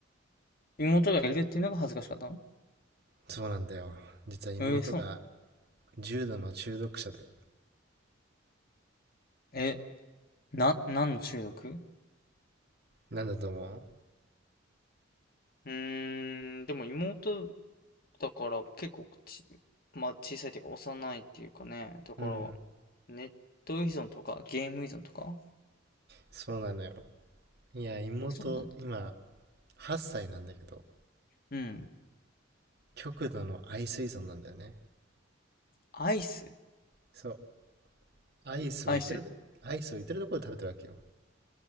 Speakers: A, on the left; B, on the right.
A: 妹がいるっていうのが恥ずかしかったの
B: そうなんだよ。実は妹が、
A: えー、そうなの
B: 重度の中毒者で。
A: え、な、何の中毒
B: なんだと思う
A: うーん、でも妹だから結構ち、まあ小さいっていうか幼いっていうかね、だから
B: うん、
A: ネット依存とかゲーム依存とか
B: そうなのよ。いや、妹、
A: あ、そうなんだ。
B: 今、8歳なんだけど、
A: うん。
B: 極度の愛水槽なんだよね。
A: アイス
B: そうアイスを言ってる、
A: アイス。
B: アイスを言ってるところで食べてるわけよ。